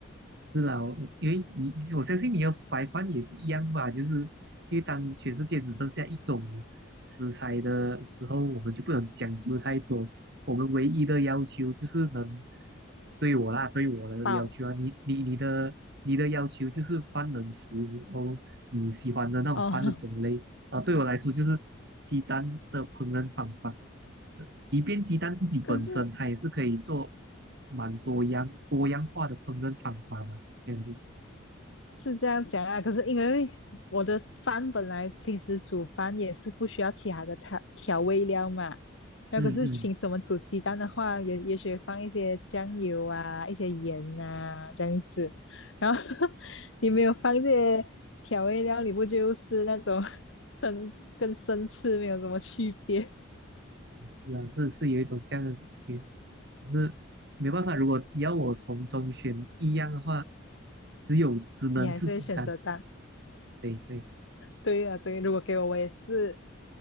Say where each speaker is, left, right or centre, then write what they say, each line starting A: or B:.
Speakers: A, on the right; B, on the left.
A: 是啦，我因为你我相信你要白饭也是一样吧，就是因为当全世界只剩下一种食材的时候，我们就不能讲究太多。我们唯一的要求就是能对我啦，对我的要求啊，
B: <laughs> 饱
A: 你你你的你的要求就是饭能熟，然后你喜欢的那种饭的种类啊，
B: 哦。
A: 对我来说就是鸡蛋的烹饪方法。即便鸡蛋自己本身，
B: <laughs> 可是。
A: 它也是可以做蛮多样多样化的烹饪方法嘛，这样子。
B: 是这样讲啊，可是因为我的饭本来平时煮饭也是不需要其他的调调味料嘛，那可是凭什么煮鸡蛋的话，
A: 嗯嗯，嗯嗯
B: 也也许放一些酱油啊，一些盐啊这样子，然后 <laughs> 你没有放这些调味料，你不就是那种 <laughs> 生跟生吃没有什么区别？
A: 是啊，是是有一种这样的感觉，可是没办法，如果你要我从中选一样的话，只有只能是鸡蛋。
B: 你还是会选择蛋。
A: 对对，
B: 对啊，对啊，如果给我，我也是，